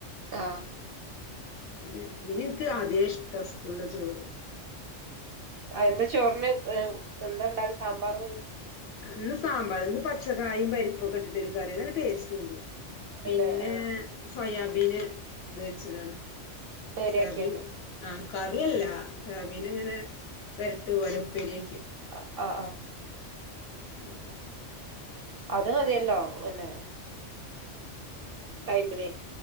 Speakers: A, on the right; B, on the left.
A: ആ
B: ന്നെ പിന്നന്ക്ക് ആദ്യേ ഇഷ്ടാ സ്കൂള്ല ചോറ്
A: ആ എന്താ ചോറിന് ഏ എന്താണ്ടാന്ന് സാമ്പാറും
B: ന്ന് സാമ്പാറ് ഇന്ന് പച്ചക്കായിം പരിപ്പൊക്കെ ഇട്ടിട്ട് ഒരു കറി നല്ല ടേസ്റ്റുണ്ട്
A: ഉണ്ടല്ലേ
B: പിന്നെ
A: ആഹ്
B: സോയാ മീന് ത് വെച്ചതാണോ?
A: ഉപ്പേരിയാക്കിയണ്ട്
B: ശരി ആ കറിഅല്ല നവിനങ്ങനെ വരട്ട് പോലെ ഉപ്പേരി
A: അ അ ആ
B: ശ <unintelligible>
A: അത് മതിയല്ലോ പിന്നെ ടൈമിലെ